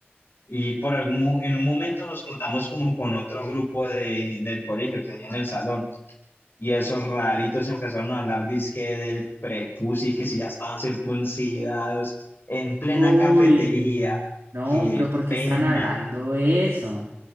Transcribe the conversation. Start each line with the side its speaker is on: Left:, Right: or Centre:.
Left: y por algún mo- en un momento nos juntamos como con otro grupo de, del colegio que había en el salón. Y esos raritos empezaron a hablar dizque del prepucio y que si ya estaban circuncidados en plena
Right: Uy,
Left: cafetería.
Right: no,
Left: Qué
Right: pero ¿por qué
Left: pena.
Right: están hablando eso?